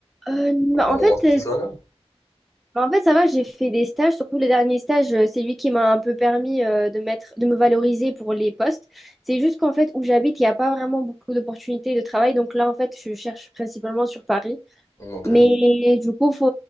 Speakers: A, in the centre; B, on the left.
A: Euh, bah,
B: dans
A: en
B: le
A: fait,
B: monde professionnel.
A: euh, Bah, En fait, ça va, j'ai fait des stages, surtout les derniers stages, euh, c'est lui qui m'a un peu permis euh, de mettre, de me valoriser pour les postes. C'est juste qu'en fait, où j'habite, il n'y a pas vraiment beaucoup d'opportunités de travail. Donc là, en fait, je cherche principalement sur Paris.
B: Ok,
A: Mais du coup, faut...